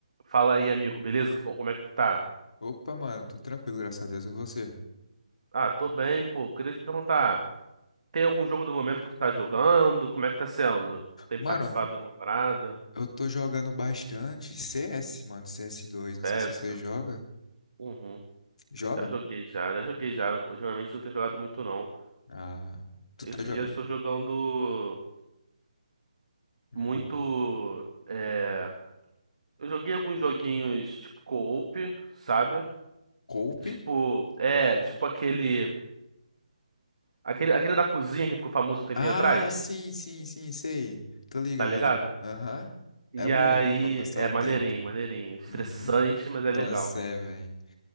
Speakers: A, on the right (about 65°); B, on the left (about 60°).
A: Fala aí, amigo, beleza? Co- Como é que tu tá?
B: Opa, mano, tudo tranquilo, graças a Deus, e você?
A: Ah, tô bem, pô. Queria te perguntar, tem algum jogo do momento que tu tá jogando? Como é que tá sendo? Tem
B: Mano,
A: participado de alguma parada?
B: eu tô jogando bastante CS, mano, CS2, não
A: CS?
B: sei se você joga.
A: Uhum.
B: Joga?
A: Já joguei já, já joguei já. Ultimamente não tenho jogado muito não.
B: Ah, tu
A: Esses
B: tá jogando...
A: dias eu tô jogando
B: Hum.
A: muito. É... Eu joguei alguns joguinhos tipo co-op, sabe?
B: Cope?
A: Tipo, é, tipo aquele, aquele, aquele da cozinha que ficou famoso um tempinho
B: Ah,
A: atrás,
B: sim, sim, sim, sei, tô ligado.
A: tá ligado?
B: Aham,
A: E
B: é bom
A: aí,
B: pra passar
A: é
B: o
A: maneirinho,
B: tempo.
A: maneirinho. Estressante,
B: Uhum.
A: mas é
B: Nossa,
A: legal.
B: é, velho,